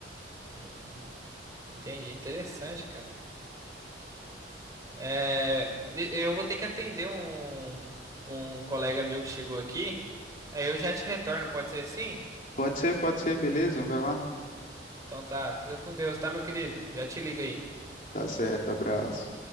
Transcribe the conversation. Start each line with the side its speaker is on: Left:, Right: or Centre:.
Right: Hum, entendi. Interessante, cara. É, de- eu vou ter que atender um, um colega meu que chegou aqui. Aí eu já te retorno, pode ser sim?
Left: Pode ser, pode ser, beleza? Vai lá.
Right: Então tá, fica com Deus, tá, meu querido? Já te liga aí.
Left: Tá certo, abraço.